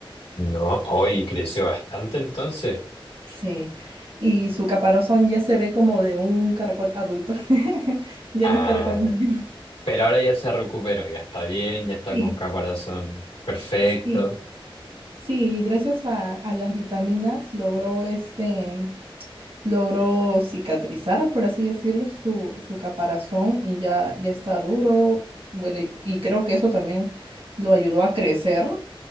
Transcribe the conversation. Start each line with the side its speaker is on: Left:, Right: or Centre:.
Left: No, hoy creció bastante entonces.
Right: Sí. Y su caparazón ya se ve como de un caracol adulto. <laughs> Ya
Left: Ah,
Right: no es caracol niño.
Left: pero ahora ya se recuperó, ya está bien, ya está
Right: Sí,
Left: con caparazón perfecto.
Right: sí. Sí, gracias a, a las vitaminas logró este, logró cicatrizar, por así decirlo, su, su caparazón y ya, ya está duro. Bueno, y, y creo que eso también lo ayudó a crecer,